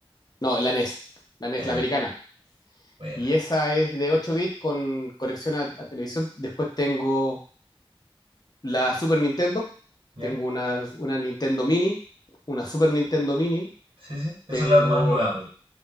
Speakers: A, on the left; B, on the right.
A: No, la NES, la NES,
B: Eh,
A: la americana.
B: bueno,
A: Y esa es de 8 bits con conexión a, a televisión. Después tengo la Super Nintendo,
B: ya.
A: tengo una, una Nintendo Mini, una Super Nintendo Mini,
B: Sí, sí. Esa
A: tengo,
B: es la más nueva, po.